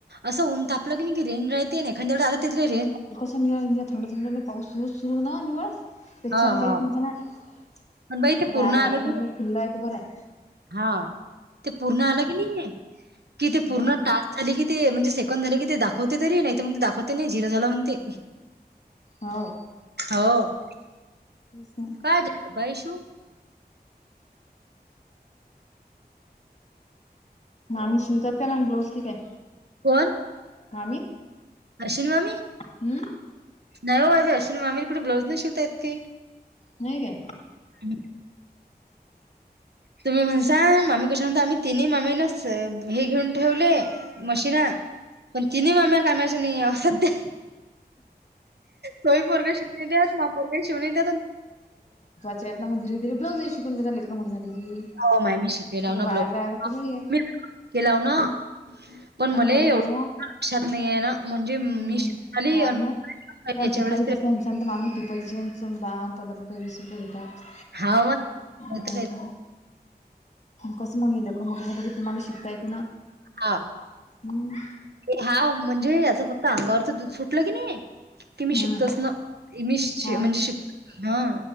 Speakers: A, on the right (about 75°); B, on the left (about 40°).
A: असं ऊन तापलं की नाही की रेन राय ते नाही खंडेल दादा तिथली रे.
B: नि थंड थंड पाऊस सुरू सुरू ना निवळ बच्याना
A: हा
B: काहीच
A: हा
B: मात नाही.
A: पण बाई ते पूर्ण
B: आज
A: आलं
B: वातावरण
A: की
B: थोडं खुलं आहे तर बरं आहे.
A: हा ते पूर्ण आलं की नाहीये कि ते पूर्ण
B: ह
A: टास्. झाली की ते म्हणजे सेकड झाले की ते दाखवते तरी नाही तर मग ते दाखवते नाही झिरो झाला म्हण ते.
B: हो
A: हो
B: तेच ना
A: काय झार भाई सु.
B: मामी शिवतात का नाही ब्लाउज ठीक आहे.
A: कोण.
B: मामी.
A: अश्विन मामी
B: हम्म
A: नाहीव माझ अश्विन मामी कुठे ब्लाऊज नाही शिवता यय की.
B: नाही का.
A: ह, तुम्ही म्हणसा मामी कशा म्हणता आम्ही तिन्ही मामी नाच हे घेऊन ठेवले. मशीन पण तिन माम्या कामाच्या नाही सध्या. तोही बोरग शिवणी द्या ना बोरग <unintelligible> शिवणी द्या
B: त्याच्यात मग धरे धे्लाज शिकून लेकरं मोठी झाली की.
A: हो माय मी शिकेलाव
B: ते काय
A: ना
B: वाया
A: ब्लाज
B: जाया लागतं थोडी आहे
A: मी <inaudible> हे लाव ना पण
B: आणि
A: मले
B: त्याले
A: एवढं
B: काय मग
A: लक्षात नाहीये ना. म्हणजे मी
B: हम्म
A: शिकून आली
B: हा
A: आणि
B: ना
A: याच्या
B: तिपाई
A: वेळेस ते
B: तसं म्हल तर मागणी तिपाईचीच राल. पंधरा रुपये वीस रुपये घेतात
A: हाव मग
B: नाहीत.
A: नाहीतर काय
B: कस मग का लेकर झा की तुम्हाला शिकता येत ना.
A: हा
B: हम्म
A: हा, म्हणजे याच फक्त अंगावरच दूध सुटलं की नाही. कि मी
B: हम्म
A: शिकतोस ना मी
B: हा
A: म्हणजे
B: हा
A: शिक हा.